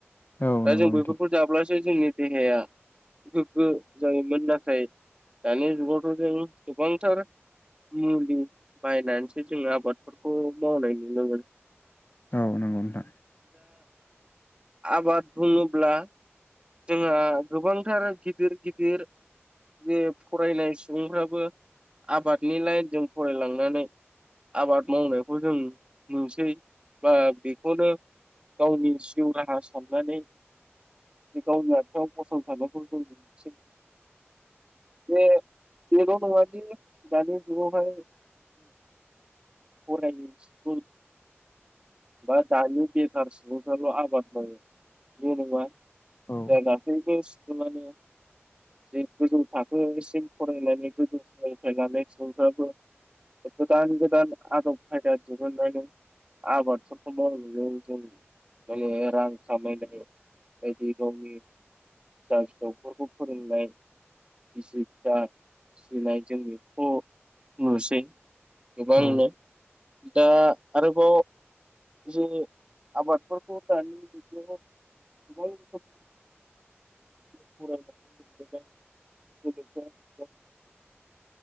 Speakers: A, on the left; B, on the right.
A: औ
B: दा
A: नंगौ
B: जों
A: नोंथां
B: बैफोरखौ जाब्लासो जोंनि देहाया गोग्गो जायोमोन नाथाय दानि जुगावथ' जों गोबांथार मुलि बायनानैसो जोंङो आबादफोरखौ मावनाय नुनोोन
A: औ नंगौ नोंथां
B: आबाद बुंङोब्ला जोंहा गोबांथार गिदिर गिदिर जे फरायनाय सुबुंफ्राबो आबादनि लाइनजों फरायलांनानै आबाद मावनायखौ जों नुसै बा बेखौनो गावनि जिउ राहा साननानै गावनि आथिङाव गसंथानायखौ जों नसै बे- बेल' नङादि दानि जुगावहाय फायोुल <unintelligible> बा दानि बेखार सुबुंफ्राल' आबाद मावो बे नङा
A: औ
B: जा गासैबो स्कुलानो जे गोजौ थाखोसिम फरायनायनानै गोजौ सोलोंथाइ सुबुंफ्राबो गोदान गोदान आदब खायदा दिरुनानै आबाद समफोरखौ मावों जों माने रां खामायनाय <unintelligible> बायदि गावनि फिसा फिसौफोरखौ फोरोंनाय बिसिा <unintelligible> फनाय जोंनिखौ नुसै गोबांनो
A: औ
B: दा आरोबाव जे आबादफोरखौ दानि जुगाव ज <unintelligible> फरायनानै मोनबोनाय <unintelligible>